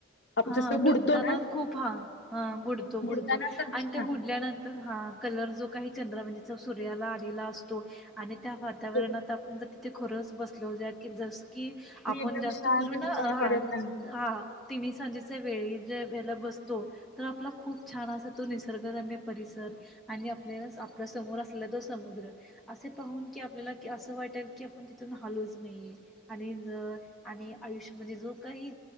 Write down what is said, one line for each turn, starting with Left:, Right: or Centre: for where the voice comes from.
Left: आप
Centre: हा
Left: जसं बुडतो
Centre: डुबताना
Left: ना
Centre: खूप हा हा बुडतो बुडतो
Left: बोलताना असं दिसणार
Centre: आणि ते बुडल्यानंतर हा कलर जो काही चंद्र म्हणजे सूर्याला आलेला असतो, आणि त्या वातावरणात
Left: हो
Centre: आपण जर ते खरंच बसलं जॅक्स की जसं की
Left: मी
Centre: आपण
Left: एकदम
Centre: जात
Left: शांत
Centre: करून
Left: विचार
Centre: हा
Left: करत नाही
Centre: हा तीस वेळीतज बसतो तर आपला खूप छान असा तो निसर्गरम्य परिसर आणिआपण आपल्या आपल्या समोर असलेला तो समुद्र असे पाहून की आपल्याला की असं वाटेल की आपल्या तिथून हल विस्मे आणि जर आणि आयुष्य मध्ये जो काही